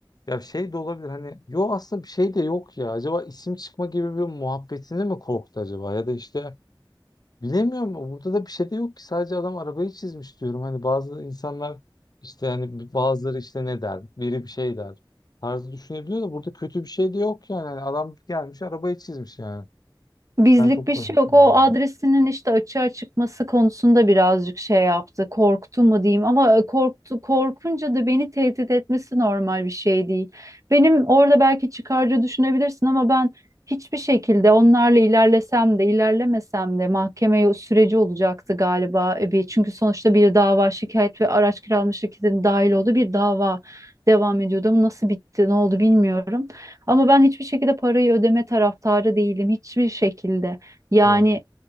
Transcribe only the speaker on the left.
ya şey de olabilir hani yo aslında bir şey de yok ya acaba isim çıkma gibi bir muhabbetini mi korktu acaba ya da işte Bilemiyorum. Burada da bir şey de yok ki. Sadece adam arabayı çizmiş diyorum. Hani bazı insanlar işte hani bazıları işte ne der? Biri bir şey der. Tarzı düşünebiliyor da burada kötü bir şey de yok yani. Hani adam gelmiş arabayı çizmiş yani.
Cidden çok
garip
yani.
Ya.